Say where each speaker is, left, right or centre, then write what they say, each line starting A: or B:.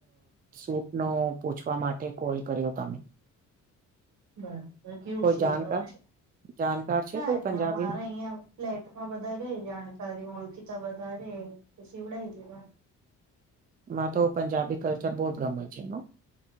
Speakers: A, on the right; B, on the right.
A: સૂટનો પૂછવા માટે કોલ કર્યો તમ? <inaudible>
B: બરાબર કેવું સિવડાવવુ
A: જાણકાર
B: છે.?
A: જાણકાર છે
B: ના,
A: કોઈ પંજાબી
B: મારે અહીંયા ફ્લેટમાં બધા રેય જાણકારી ઓ ઓળખીતા <unintelligible> બધાં રેય તો શીવડાય દેવાનો
A: મને તો પંજાબી કલ્ચર બોવ જ ગમે છે. એનું